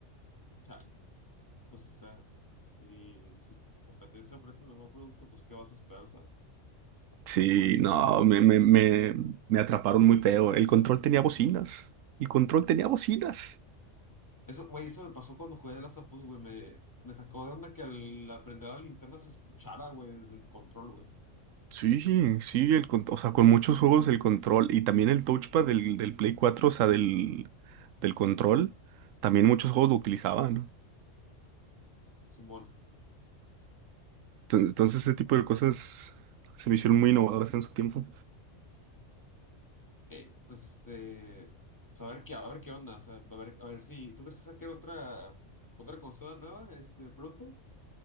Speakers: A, on the left; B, on the right.
A: Chale, pues, o sea, si, si tu competencia ofrece el mejor producto, pues, ¿qué vas a esperar, sabes?
B: Sí,
A: Pero bueno.
B: no, me, me, me, me atraparon muy feo. El control tenía bocinas. El control tenía bocinas.
A: Eso, güey, eso me pasó cuando jugué de las of Us, güey. Me, me sacó de onda que al aprender la linterna se escuchara, güey, desde el control, güey.
B: Sí, sí, el, con- o sea, con muchos juegos el control y también el touchpad del, del Play 4, o sea, del, del control, también muchos juegos lo utilizaban.
A: Simón.
B: Ento- Entonces, ese tipo de cosas se me hicieron muy innovadoras en su tiempo.
A: eh, pues este, pues a ver qué, a ver qué onda, o sea, a ver, a ver si, ¿tú crees que saquen otra, otra consola nueva, este, pronto?